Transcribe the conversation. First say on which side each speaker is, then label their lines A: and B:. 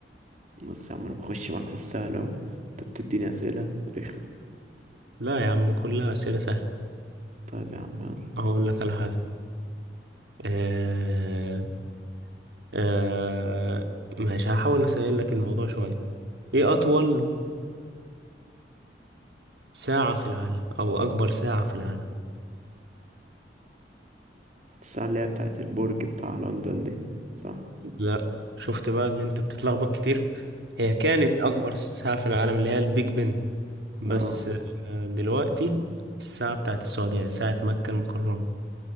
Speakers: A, on the right; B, on the right.
A: بص يا عم انا بخش معاك في السهل اهو انت بتديني اسئله رخمه
B: لا يا عم كلها أسئلة سهلة
A: طيب يا عم يلا
B: هقول لك على حاجة آه آه ماشي هحاول أسهل لك الموضوع شوية إيه أطول ساعة في العالم أو أكبر ساعة في العالم
A: الساعه اللي هي بتاعه البرج بتاع لندن دي صح
B: لا شفت بقى إن أنت بتتلخبط كتير هي كانت أكبر ساعة في العالم اللي هي البيج بن بس
A: اه
B: آه دلوقتي الساعة بتاعت السعودية ساعة مكة المكرمة